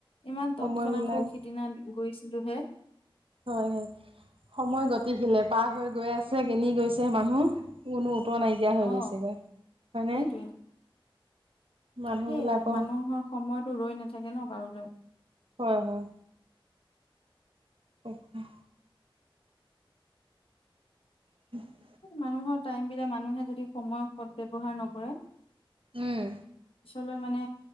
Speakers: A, on the left; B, on the right.
A: ইমান
B: সময়বিলাক
A: তৎক্ষণাত সৌ সিদিনা গৈছিলো হে।
B: হয়, হয়, সময় গতিশিলে পাৰ হৈ গৈ আছে, কেনি গৈছে মানুহ কোনো উত্তৰ নাইকিয়া
A: অ
B: হৈ গৈছেগৈ, হয়নে?
A: সেইটোয়ে
B: মানুহবিলাকক
A: সেইয়াই, মানুহৰ সময়তো ৰৈ নাথাকে ন' কাৰোলৈ।
B: হয়, হয়। <unintelligible> <inaudible>
A: মানুহৰ টাইম বিলাক, মানুহে যদি সময় সদ ব্যৱহাৰ নকৰে,
B: উম।
A: মই মানে